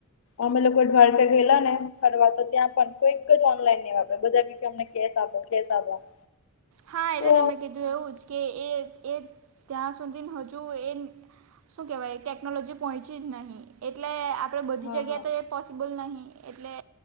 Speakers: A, on the left; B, on the right.
A: અમે લોકો ઢ્વારકે ગયેલા ને ફરવા તો ત્યાં પણ કોઈક જ ઓનલાઈન નઈ વાપર બધા અમને કેસાબ આપો કેસાબ આપો.
B: હા, એટલે
A: તો
B: તમે કીધું એવું જ કે એ ત્યાં સુધી હજુ એ શું કહેવાય? ટેકનોલોજી પહોંચી જ નહીં. એટલે, આપણેે બધી
A: હા
B: જગ્યા
A: હા
B: તો એ પોસિબલ નહિ. એટલે